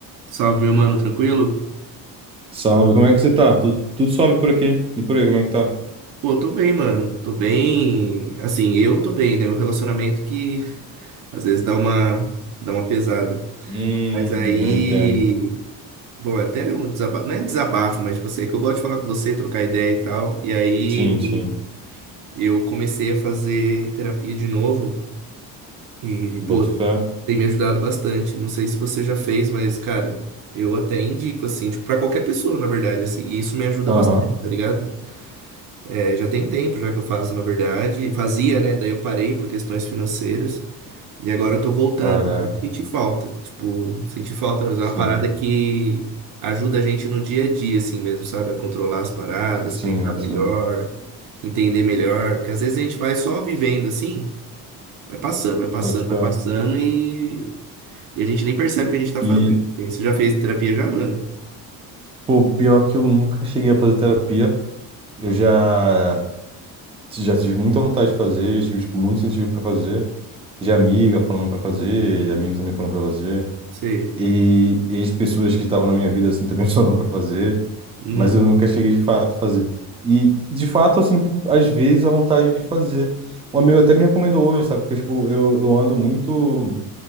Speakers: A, on the right (about 60°); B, on the right (about 15°).
A: Salve, meu mano, tranquilo?
B: Salve, como é que você tá? Tudo, tudo suave por aqui. E por aí, como é que tá?
A: Pô, tô bem, mano. Tô bem. Assim, eu tô bem, né? O relacionamento que às vezes dá uma, dá uma pesada.
B: Hum,
A: Mas aí.
B: eu entendo.
A: Bom, é até um desabafo. Não é desabafo, mas tipo assim, é que eu gosto de falar com você, trocar ideia e tal. E aí
B: Sim, sim.
A: eu comecei a fazer terapia de novo. E,
B: Boto
A: pô,
B: fé.
A: tem me ajudado bastante. Não sei se você já fez, mas, cara, eu até indico, assim, tipo, pra qualquer pessoa, na verdade, assim. E isso me ajuda
B: Aham.
A: bastante, tá ligado? É, já tem tempo já que eu faço, na verdade. Fazia, né? Daí eu parei por questões financeiras. E agora eu tô voltando.
B: Caraca.
A: assim. Senti falta. Tipo, senti falta, mas é
B: Sim,
A: uma parada que ajuda a gente no dia a dia, assim mesmo, sabe? A controlar as paradas,
B: sim,
A: pensar melhor,
B: sim.
A: entender melhor. Porque às vezes a gente vai só vivendo assim, vai passando, vai passando,
B: Boto fé.
A: vai passando e, e a gente nem percebe o que a gente tá
B: E,
A: fazendo. assim. Você já fez terapia já, mano?
B: pô, pior que eu nunca cheguei a fazer terapia. Eu já, já tive muita vontade de fazer, já tive, tipo, muito incentivo pra fazer. De amiga falando pra fazer, amigos também falando pra fazer.
A: Sei.
B: E ex-pessoas que estavam na minha vida, assim, também <laughs> falando pra fazer.
A: Uhum,
B: mas eu nunca cheguei de fato a fazer. E de fato eu sinto às vezes a vontade de fazer. Um amigo até me recomendou hoje, sabe? Porque tipo, eu, eu ando muito